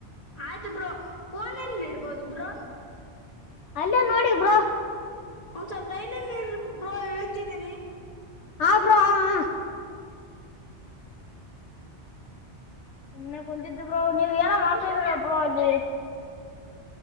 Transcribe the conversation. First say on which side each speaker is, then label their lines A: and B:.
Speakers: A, on the left; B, on the left.
A: ಆಯ್ತ ಬ್ರೋ ಫೋನಲ್ಲಿ ಇಡ್ಬೋದು ಬ್ರೋ
B: ಅಲ್ಲೇ ನೋಡಿ ಬ್ರೋ
A: ಒಂದು ಸ್ವಲ್ಪ ಲೈನನ್ ನೀ ಬ್ರೋ ಇಳಿತಿದೀನಿ
B: ಆ ಬ್ರೋ ಅ ಆ ಸುಮ್ನೆ ಕುಂತಿದ್ದೆ ಬ್ರೋ ನೀವೇನು ಮಾಡ್ತಾ ದ್ದೀರಾ ಬ್ರೋ ಅಲ್ಲಿ